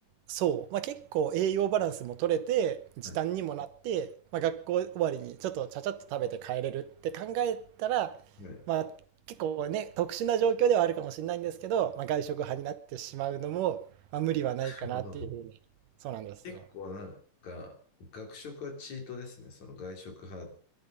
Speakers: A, on the right; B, on the left.
A: そう、まあ、結構栄養バランスも取れて時短にもなって、
B: はい。
A: まあ、学校終わりにちょっとちゃちゃっと食べて帰れるって考えたら、
B: はい。な
A: まあ、結構ね特殊な状況ではあるかもしれないんですけど、まあ、外食派になってしまうのも、まあ、無理はないかなっていうふうにそうなんですよ。
B: るほど。結構なんか、学食はチートですね。その外食派